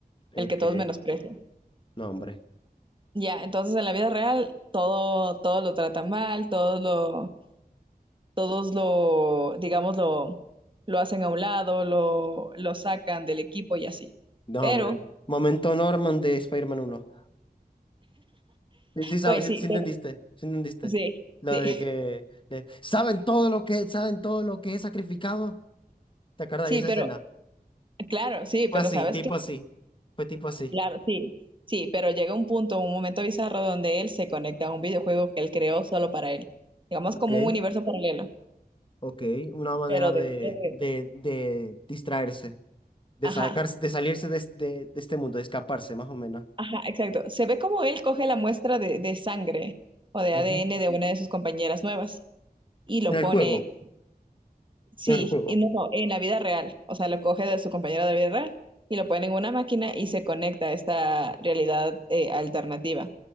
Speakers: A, on the left; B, on the right.
A: ok.
B: el que todos menosprecian.
A: No, hombre.
B: Ya, entonces en la vida real todo, todo lo tratan mal, todos lo, todos lo, digamos, lo, lo hacen a un lado, lo, lo sacan del equipo y así.
A: No,
B: Pero,
A: hombre. Momento Norman de Spider-Man 1. Sí, sabes,
B: pues
A: sí,
B: sí,
A: sí entendiste, sí entendiste.
B: Sí,
A: Lo
B: sí,
A: de que de, saben todo lo que, saben todo lo que he sacrificado. ¿Te acuerdas
B: sí,
A: de esa
B: pero
A: escena?
B: claro, sí,
A: Fue
B: pero
A: así,
B: sabes
A: tipo
B: que,
A: así. Fue tipo así.
B: claro, sí, sí, pero llega un punto, un momento bizarro donde él se conecta a un videojuego que él creó solo para él, digamos
A: Ok,
B: como un universo paralelo,
A: ok. Una manera
B: pero
A: de,
B: dentro de,
A: de, de distraerse, de
B: ajá,
A: sacarse, de salirse de, es- de- de este mundo, de escaparse, más o menos.
B: ajá, exacto. Se ve como él coge la muestra de, de sangre o de
A: Ujú.
B: ADN de una de sus compañeras nuevas y lo
A: En el
B: pone
A: juego,
B: Sí,
A: en el juego.
B: y no, no, en la vida real. O sea, lo coge de su compañero de la vida real y lo pone en una máquina y se conecta a esta realidad eh, alternativa.